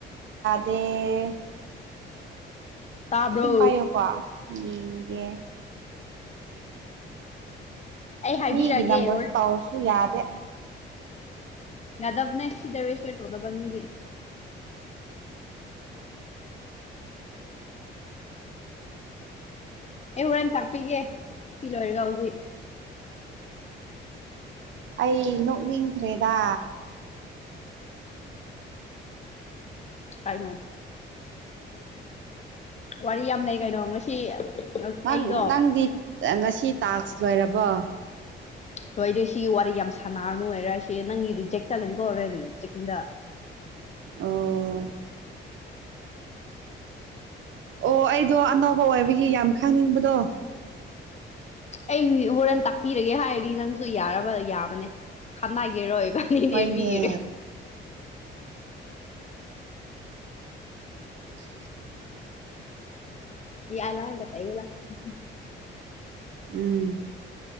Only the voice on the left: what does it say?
ꯇꯥꯕ꯭ꯔꯣ
ꯑꯩ ꯍꯥꯏꯕꯤꯔꯒꯦ
ꯍꯣꯔꯦꯟ
ꯌꯥꯗꯕꯅꯦ ꯁꯤꯗꯥ ꯔꯦꯖꯤꯁꯇꯔ ꯇꯧꯗꯕ ꯃꯤꯗꯤ ꯑꯩ ꯍꯣꯔꯦꯟ ꯇꯥꯛꯄꯤꯒꯦ ꯁꯤ ꯂꯣꯏꯔꯒ ꯍꯧꯖꯤꯛ
ꯀꯥꯏꯅꯣ ꯋꯥꯔꯤ ꯌꯥꯝ ꯂꯩ ꯀꯩꯅꯣ ꯉꯁꯤ
ꯑꯩꯗꯣ
ꯂꯣꯏꯗꯦ ꯁꯤ ꯋꯥꯔꯤ ꯌꯥꯝ ꯁꯥꯟꯅꯔꯅꯨ ꯑꯣꯏꯔ ꯁꯦ ꯅꯪꯒꯤ ꯔꯤꯖꯦꯛ ꯆꯠꯂꯅꯤꯀꯣ ꯔꯦꯟ ꯆꯦꯛꯀꯤꯡꯗ
ꯑꯩ ꯍꯣꯔꯦꯟ ꯇꯥꯛꯄꯤꯔꯒꯦ ꯍꯥꯏꯔꯤꯅꯤ ꯅꯪꯖꯨ ꯌꯥꯔꯕ ꯌꯥꯕꯅꯦ <unintelligible> ꯇꯅꯤꯡꯗꯦ
ꯃꯤꯒꯤ
<unintelligible> <inaudible>